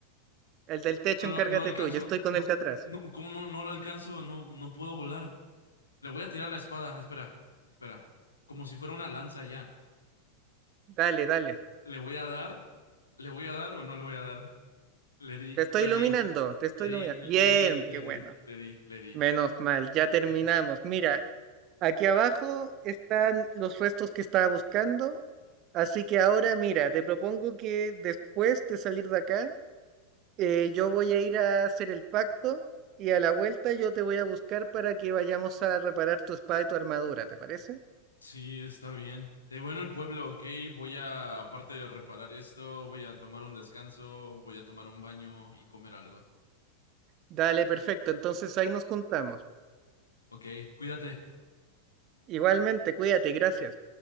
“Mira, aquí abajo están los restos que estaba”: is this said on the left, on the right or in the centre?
Right